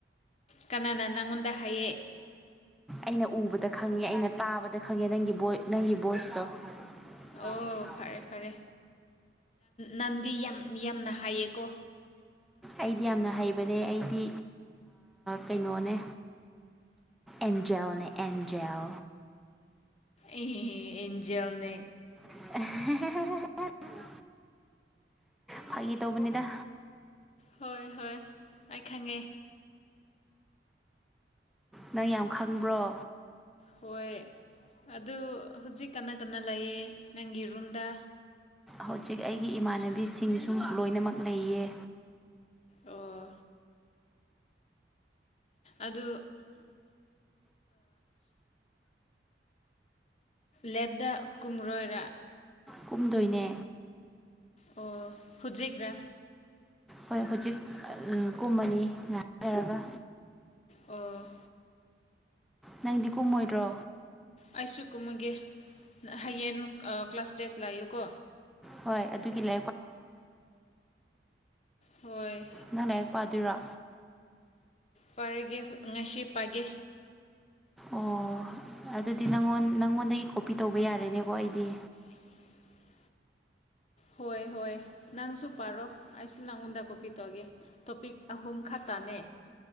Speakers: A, on the left (about 35°); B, in the centre.
A: ꯀꯅꯥꯅ ꯅꯪꯉꯣꯟꯗ ꯍꯥꯏꯌꯦ
B: ꯑꯩꯅ ꯎꯕꯗ ꯈꯪꯉꯦ ꯑꯩꯅ ꯇꯥꯕꯗ ꯈꯪꯉꯦ ꯅꯪꯒꯤ ꯅꯪꯒꯤ ꯚꯣꯏꯁꯇꯣ <inaudible>
A: ꯑꯣ ꯐꯔꯦ ꯐꯔꯦ ꯅꯟꯗꯤ ꯌꯥꯝ ꯌꯥꯝꯅ ꯍꯥꯏꯌꯦꯀꯣ
B: ꯑꯩꯗꯤ ꯌꯥꯝꯅ ꯍꯩꯕꯅꯦ ꯑꯩꯗꯤ ꯀꯩꯅꯣꯅꯦ ꯑꯦꯟꯖꯦꯜꯅꯦ ꯑꯦꯟꯖꯦꯜ
A: ꯑꯩ ꯏꯟꯖꯦꯜꯅꯦ
B: <unintelligible> ꯐꯥꯒꯤ ꯇꯧꯕꯅꯤꯗ
A: ꯍꯣꯏ ꯍꯣꯏ ꯑꯩ ꯈꯪꯉꯦ
B: ꯅꯪ ꯌꯥꯝ ꯈꯪꯕ꯭ꯔꯣ
A: ꯍꯣꯏ ꯑꯗꯨ ꯍꯧꯖꯤꯛ ꯀꯅꯥ ꯀꯟꯅ ꯂꯩꯌꯦ ꯅꯪꯒꯤ ꯔꯨꯝꯗ
B: ꯍꯧꯖꯤꯛ ꯑꯩꯒꯤ ꯏꯃꯥꯟꯅꯕꯤꯁꯤꯡꯁꯨ ꯂꯣꯏꯅꯃꯛ ꯂꯩꯌꯦ
A: ꯑꯣ ꯑꯗꯨ ꯂꯦꯞꯗ ꯀꯨꯝꯔꯣꯏꯔ
B: ꯀꯨꯝꯗꯣꯏꯅꯦ
A: ꯑꯣ ꯍꯨꯗꯦꯛꯔꯥ
B: ꯍꯣꯏ ꯍꯧꯖꯤꯛ ꯀꯨꯝꯃꯅꯤ ꯉꯥꯏꯅꯔꯒ
A: ꯑꯣ
B: ꯅꯪꯗꯤ ꯀꯨꯝꯃꯣꯏꯗ꯭ꯔꯣ
A: ꯑꯩꯁꯨ ꯀꯨꯝꯃꯨꯒꯦ ꯍꯌꯦꯡ ꯀ꯭ꯂꯥꯁ ꯇꯦꯁ ꯂꯥꯛꯌꯨꯀꯣ
B: ꯍꯣꯏ ꯑꯗꯨꯒꯤ ꯂꯥꯏꯔꯤꯛꯄ
A: ꯍꯣꯏ
B: ꯅꯪ ꯂꯥꯏꯔꯤꯛ ꯄꯥꯗꯣꯏꯔꯣ
A: ꯄꯔꯒꯦ ꯉꯁꯤ ꯄꯥꯒꯦ
B: ꯑꯣ ꯑꯗꯨꯗꯤ ꯅꯪꯉꯣꯟ ꯅꯪꯉꯣꯟꯗꯒꯤ ꯀꯣꯄꯤ ꯇꯧꯕ ꯌꯥꯔꯦꯅꯦꯀꯣ ꯑꯩꯗꯤ
A: <inaudible> ꯍꯣꯏ ꯍꯣꯏ ꯅꯪꯁꯨ ꯄꯥꯔꯣ ꯑꯩꯁꯨ ꯅꯪꯉꯣꯟꯗ ꯀꯣꯄꯤ ꯇꯧꯑꯒꯦ ꯇꯣꯄꯤꯛ ꯑꯍꯨꯝ ꯈꯛꯇ ꯆꯅꯦ